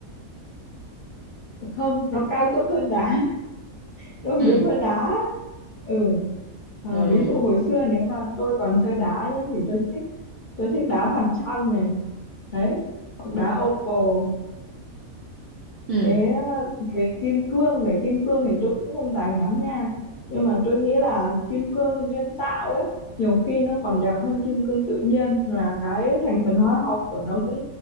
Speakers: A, on the left; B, on the right.
A: không nó cao cấp hơn đá <laughs> nó
B: Ừ.
A: hiếm hơn đá ừ à,
B: Ừ.
A: ví dụ hồi xưa nếu mà tôi còn chơi đá nhá thì tôi thích tôi thích đá mặt trăng này đấy hoặc đá opal
B: Ừ.
A: Thế về kim cương, về kim cương thì tôi cũng không rành lắm nha. Nhưng mà tôi nghĩ là kim cương nhân tạo ấy, nhiều khi nó còn đẹp hơn kim cương tự nhiên là cái thành phần hóa học của nó cũng